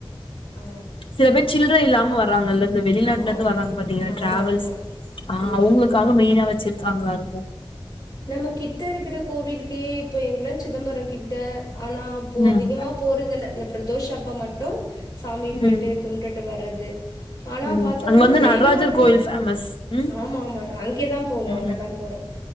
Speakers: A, on the left; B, on the left.
A: ஆ
B: சில பேர் சில்ற இல்லாம வர்றாங்கல்ல, இந்த வெளிநாட்ல
A: ஆ
B: இருந்து
A: ஆமா
B: வர்றாங்க பாத்தீங்லா
A: ஆமா
B: டிராவல்ஸ்.
A: ஆமா
B: ஆஹ்
A: ம்
B: அவங்களுக்காக மெய்னா வச்சிருக்காங்களாருக்கு
A: நம்ம கிட்ட இருக்கிற கோவில்க்கே இப்ப ங்கள சிதம்பரங்கிட்ட ஆனா அப்போ
B: ம்
A: அதிகமா போறதில்ல இந்த பிரதோஷ- அப்ப மட்டூ சாமி போய்ட்டு
B: ம்
A: கும்ப்ட்டுட்டு வர்றது ஆனா
B: ம்
A: பாத்தீங்னா
B: அங்க வந்து
A: வெளிநாட்டு
B: நடராஜர் கோயில் ஃபேமஸ் ம்
A: ஆமா ஆமா அங்கேதான் போவோம்
B: ம்
A: அங்கதான் போறோ